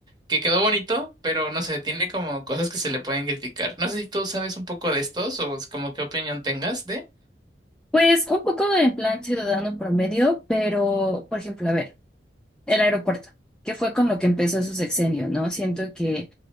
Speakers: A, on the right (about 25°); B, in the centre.
A: que quedó bonito, pero no sé, tiene como cosas que se le pueden criticar. No sé si tú sabes un poco de estos o es como qué opinión tengas de.
B: Pues un poco en plan ciudadano promedio, pero por ejemplo, a ver, el aeropuerto, que fue con lo que empezó su sexenio, ¿no? Siento que